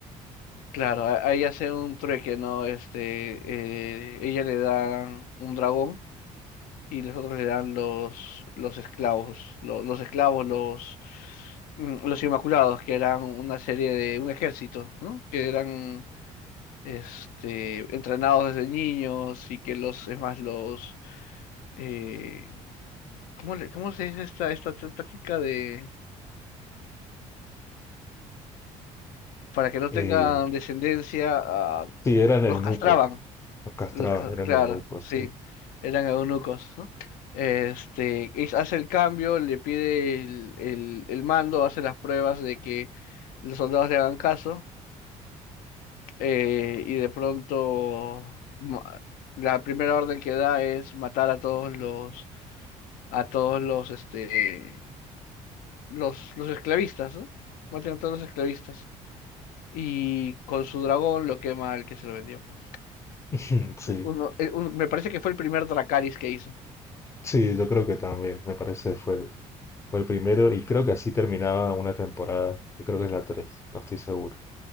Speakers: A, on the left (about 85°); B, on the left (about 20°).
A: claro. a- Ahí hace un trueque, ¿no? Este, eh, ella le da un dragón y los otros eran los, los esclavos, lo- los, esclavos, los, mm, los Inmaculados, que eran una serie de un ejército, ¿no? Que eran este, entrenados desde niños y que los, es más, los, eh, ¿cómo le- cómo se dice esta, esta t- táctica de, para que no
B: Eh,
A: tengan descendencia, ah,
B: sí, eran eunucos,
A: los castraban.
B: los castraban,
A: Los ca-
B: eran
A: claro,
B: eunucos,
A: sí,
B: sí,
A: eran eunucos, ¿no? Este, es- hace el cambio, le pide el, el- el mando, hace las pruebas de que los soldados le hagan caso, eh, y de pronto ma- la primera orden que da es matar a todos los, a todos los, este, los, los esclavistas, ¿no? Maten a todos los esclavistas. Y con su dragón lo quema el que se lo vendió, pues.
B: <laughs>
A: El- Uno,
B: sí.
A: el- un- me parece que fue el primer Dracarys que hizo.
B: Sí, yo creo que también, me parece fue el, fue el primero y creo que así terminaba una temporada, que creo que es la 3, no estoy seguro,